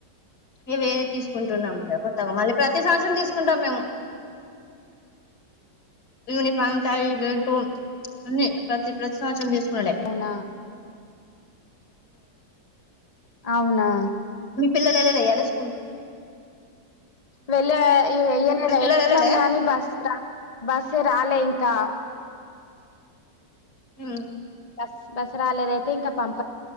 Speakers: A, on the left (about 60°); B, on the left (about 30°).
A: ఇగ వేరే తీసుకుంటున్నాము కొత్తగా మళ్ళీ ప్రతి సంవత్సరం తీసుకుంటాం మేము యూనిఫార్మ్ టయ్ బెల్ట్ అన్ని ప్రతి ప్రతి సంవత్సరం తీసుకున్నాలే
B: అవునా అవునా
A: మీ పిల్లాలు యేల్లలే ఈయల స్
B: వెళ్ళె ఇ వేయలేదా
A: మీ పిల్లలు
B: వచ్చినాం
A: ఎల్లలే
B: గాని బస్ రాలే బస్సే రాలే ఇంకా
A: మ్
B: బస్ బస్ రాలేదయితే ఇంకా పంప